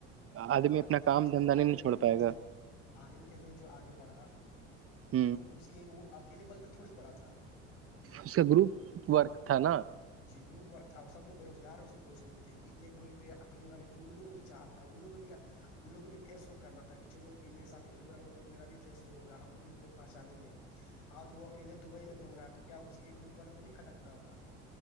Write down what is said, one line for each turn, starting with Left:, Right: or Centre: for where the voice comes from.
Left: آ
Right: آدمی
Left: مان
Right: اپنا
Left: لیجیے
Right: کام
Left: کہ جو
Right: دھندا نہیں
Left: آرین
Right: نہیں چھوڑ
Left: کیلین
Right: پائے گا
Left: جو آرین کیلوین جو آگے بڑھا
Right: ہ
Left: تو اس کے وہ اکیلے بل پہ تھوڑی بڑا تھا
Right: اس کا گروپ ورک تھا نا
Left: جی گروپ ورک تھا سب لو بے روزگار اس کے دوست لو تھے کہ ایک بولی پہ ویڈو بنان کے لیے انو کو بھی چا تھا ان لوگ کو بھی ان لگ کو بھی فیس وہ کرنا تھا تہ چلو کہ میںیر ساتھ بھی ڈوباؤںا تو میرا بھی فیسو ہوگا ہم کو بھیوگ پہچانیں گے آج وہ اکیلے دبئی میں گھوم رہا ہے تو کیا اس کے گروپ والوں کو نہیں کھٹکتا ہوگا